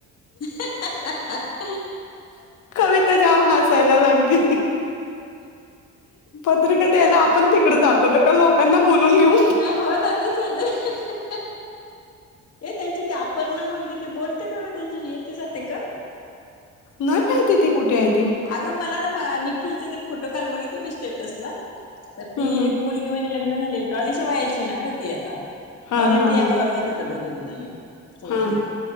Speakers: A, on the left; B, on the left.
A: <unintelligible>
B: कविता जाम हसायला लागली. पत्रिका
A: हम्म
B: द्यायला आपण तिकडे जातो ना, का लोकांना बोलून घेऊ?
A: हो ना तेच. <unintelligible> ए त्यांची ती अपर्णा मुलगी, ती बोलते का ग त्यांचीशी येते जाते का?
B: नाही माहिती ती कुठे ए!
A: अगं मला ना मा निखिलचे ते फोटो काल बघितले मी स्टेटसला. त ती
B: हम्म हम्म.
A: एक मुलगी म्हणजे ल ग्न झालेली डॉलीच्या वयाची ना ग ती आता,
B: हा
A: डॉली
B: हा
A: अन ती
B: हा
A: एका वर्गात होत्या बघ दोघी जणी. चौथीला.
B: हा